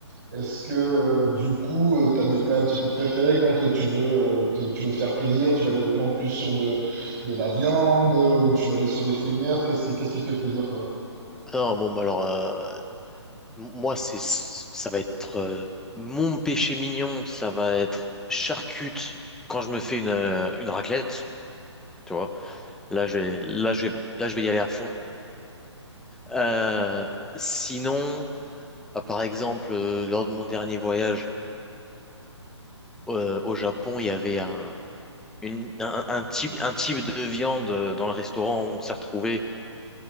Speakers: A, on the right; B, in the centre.
A: est-ce que euh, du coup euh, t'as des plats un petit peu préférés quand euh, tu veux euh, te- tu veux te faire plaisir, tu vas aller vraiment plus sur de de la viande euh, ou tu vas aller sur des fruits de mer? Qu'est-ce qui qu'est-ce qui te fait plaisir toi?
B: Ah Non, bon, bah alors, euh, m- moi, c'est, ça va être euh, mon péché mignon, ça va être charcute quand je me fais une, euh, une raclette, tu vois. Là, je vais, là, je vais, là, je vais y aller à fond. Euh, sinon, ah, par exemple, euh, lors de mon dernier voyage euh, au Japon, il y avait un, une- un, un type, un type de viande euh, dans le restaurant où on s'est retrouvé